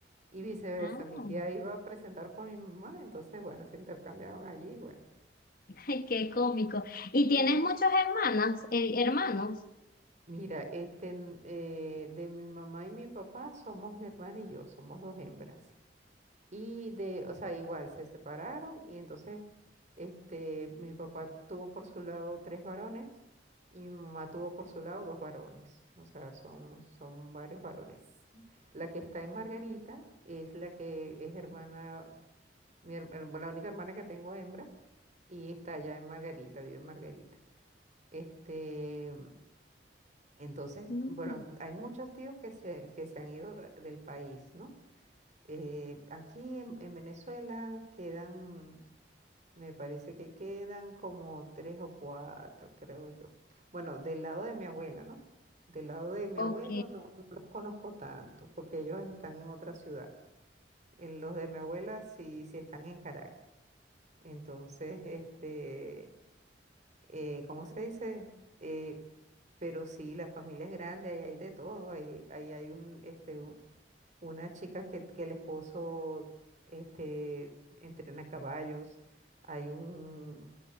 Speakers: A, on the right; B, on the left.
A: Y viceversa,
B: Ah, <laughs>
A: mi tía iba a presentar por mi mamá, entonces bueno, se intercambiaban allí, bueno.
B: ay, qué cómico. ¿Y
A: Sí.
B: tienes muchas hermanas, eh, hermanos?
A: Mira, este, n- eh, de mi mamá y mi papá somos mi hermana y yo, somos dos hembras. Y de, o sea, igual se separaron y entonces este, mi papá tuvo por su lado tres varones y mi mamá tuvo por su lado dos varones. O sea, son, son varios varones. La que está en Margarita es la que es hermana, mi her- her- la única hermana que tengo hembra y está allá en Margarita, vive en Margarita. Este, entonces,
B: Mm,
A: bueno, hay muchos tíos que se, que se han ido de- del país, ¿no? Eh, aquí en, en Venezuela quedan, me parece que quedan como tres o cuatro, creo yo. Bueno, del lado de mi abuela, ¿no? Del lado de mi
B: ok,
A: abuelo no, no los conozco tanto, porque ellos están en otra ciudad. En Los de mi abuela sí, sí están en Caracas. Entonces, este, eh, ¿cómo se dice? Eh, pero sí, la familia es grande, ahí hay de todo, ahí, ahí hay un, este, un- una chica que, que el esposo este, entrena caballos, hay un,